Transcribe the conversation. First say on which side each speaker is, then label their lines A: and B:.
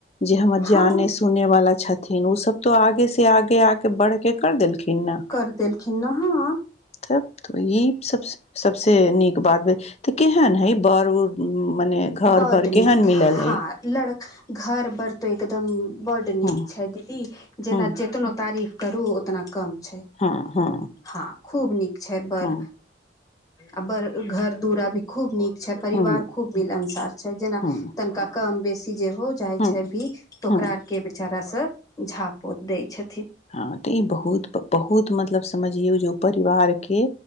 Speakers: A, on the left; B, on the left.
A: जे हमर जाने
B: हँ
A: सुने वाला छथिन ओ सब तो आगे से आगे आके बढ़के केकर देलखिन न
B: कर देलखिन ने हँ
A: तब तऽ ई सब सबसे नीक बात भेल तऽ केहन है बर उड़ मने घर
B: बड्ड
A: बर
B: नीक
A: केहन मिलल हय
B: हँ लड़ घर बर्त एकदम बड्ड नीक
A: हँ
B: छै दीदी जेना
A: हँ
B: जेतनो तारीफ करू ओतना कम छै
A: हँ हँ
B: हँ खूब नीक छै बड़
A: हँ
B: आ बड़ घर दूरा भी खूब नीक छै परिवार
A: हँ
B: खूब मिलनसार छै जेना
A: हँ
B: तनिका कम बेसी जे हो जाइ
A: हँ
B: छै भी तऽ ओकरा
A: हँ
B: आर के बेचारा सब झाप पोत दै छै
A: हँ तऽ ई बहुत बहुत मतलब समझियौ जे ओ परिवार के